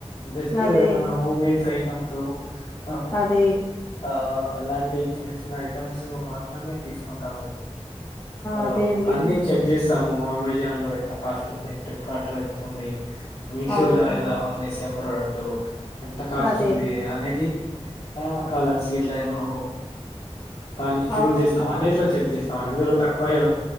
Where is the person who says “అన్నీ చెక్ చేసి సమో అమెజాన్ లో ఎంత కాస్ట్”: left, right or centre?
Left